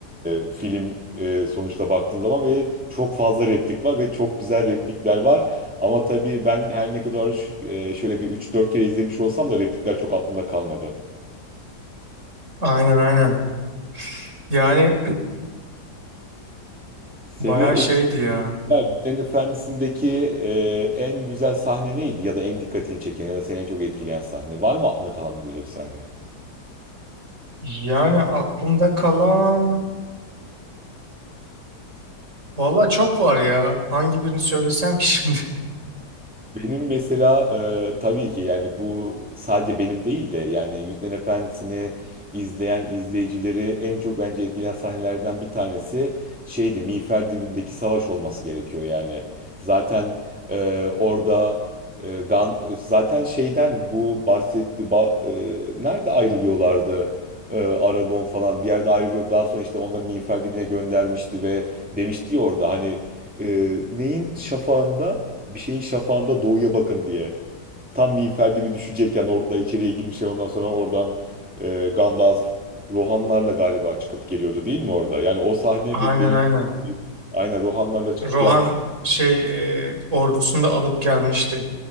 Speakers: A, in the centre; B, on the right (about 45°).
A: e, film e, sonuçta baktığın zaman ve çok fazla replik var ve çok güzel replikler var. Ama tabii ben her ne kadar ş- e, şöyle bir üç dört kere izlemiş olsam da replikler çok aklımda kalmadı.
B: Aynen aynen. Yani <clears throat>
A: Seni
B: bayağı
A: etkileyen
B: şeydi ya.
A: Yüzüklerin Efendisi'ndeki e, en güzel sahne neydi ya da en dikkatini çeken ya da seni en çok etkileyen sahne? Var mı aklında kalan böyle bir sahne?
B: Yani aklımda kalan valla çok var ya. Hangi birini söylesem ki şimdi?
A: Benim mesela e, tabii ki yani bu sadece benim değil de yani Yüzüklerin Efendisi'ni izleyen izleyicileri en çok bence etkileyen sahnelerden bir tanesi şeydi Miğfer Dibi'ndeki savaş olması gerekiyor yani. Zaten e, orada e, Gan zaten şeyden bu bahsetti ba- e, nerede ayrılıyorlardı? E, Aragon falan bir yerde ayrılıyor. Daha sonra işte onları Miğfer Dibi'ne göndermişti ve demişti ya orada hani e, neyin şafağında bir şeyin şafağında doğuya bakın diye. Tam miğfer gibi düşecekken orklar içeriye girmişler ondan sonra oradan e, Gandalf Rohanlarla galiba çıkıp geliyordu değil mi orada? Yani o sahne
B: <laughs> Aynen
A: be- benim
B: aynen.
A: <laughs> aynen Rohanlarla çıkıp
B: Rohan
A: geldi.
B: şey e, ordusunu da alıp gelmişti.